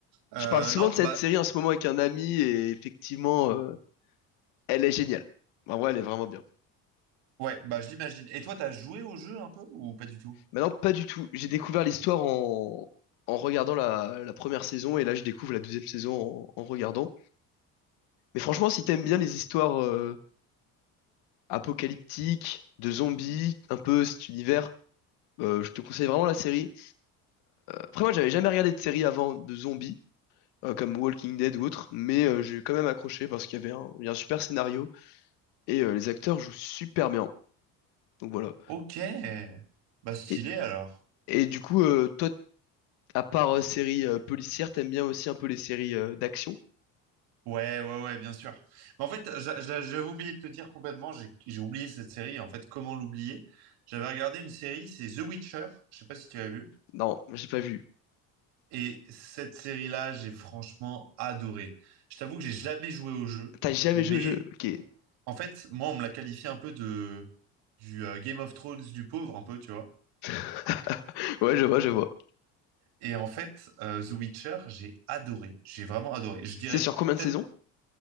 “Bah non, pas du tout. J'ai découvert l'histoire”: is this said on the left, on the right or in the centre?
Left